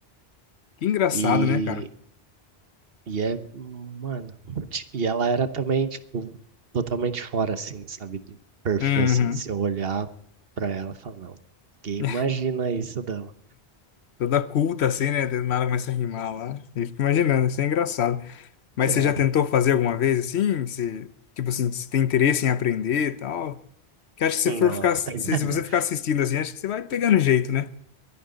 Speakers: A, on the left; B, on the right.
A: Que engraçado,
B: E
A: né, cara?
B: e é, mano, ti- e ela era também tipo totalmente fora assim, sabe? De perfil
A: Uhum.
B: assim, se eu olhar pra ela, e falar, não, ninguém
A: <laughs>
B: imagina isso dela.
A: Toda culta assim, né? Do nada começa a rimar lá. Eu fico imaginando, isso é engraçado. Mas
B: É,
A: você já tentou fazer alguma vez assim? Você, tipo assim, você tem interesse em aprender e tal? Que acho que se
B: não.
A: for ficar, se,
B: <laughs>
A: se você ficar assistindo assim, acho que você vai pegando jeito, né?